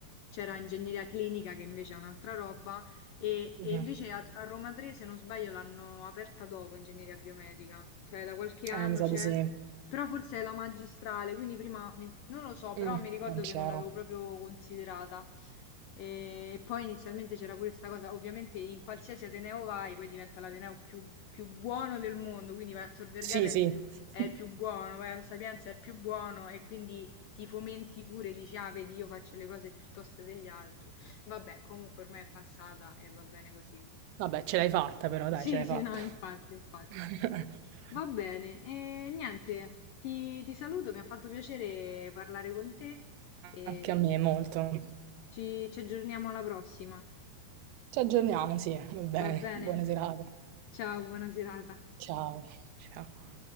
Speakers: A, on the left; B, on the right.
A: c'era ingegneria clinica, che invece è un'altra roba, e,
B: Mhm.
A: e invece a, a Roma 3, se non sbaglio, l'hanno aperta dopo ingegneria biomedica, cioè da qualche anno
B: Eh, mi sa
A: c'è,
B: di sì.
A: però forse è la magistrale, quindi prima mi- non lo so, però
B: Mm,
A: mi ricordo
B: non c'ero.
A: che non l'avevo proprio considerata. E poi inizialmente c'era pure questa cosa, ovviamente in qualsiasi Ateneo vai, poi diventa l'Ateneo più, più buono del mondo, quindi vai a Tor Vergata
B: Sì,
A: è
B: sì.
A: il più, è
B: <laughs>
A: il più buono, vai a Sapienza è il più buono e quindi ti fomenti pure, dici, ah, vedi, io faccio le cose piuttosto degli altri. Vabbè, comunque ormai è passata e va bene così.
B: Vabbè, ce l'hai fatta però,
A: Sì,
B: dai, ce l'hai
A: sì,
B: fatta.
A: no, infatti, infatti.
B: <laughs>
A: Va bene, e niente, ti, ti saluto, mi ha fatto piacere parlare con te e
B: Anche a me molto.
A: ci ci aggiorniamo alla prossima.
B: Ci aggiorniamo, sì, va bene.
A: Va bene?
B: Buona serata.
A: Ciao, buona serata.
B: Ciao. Ciao.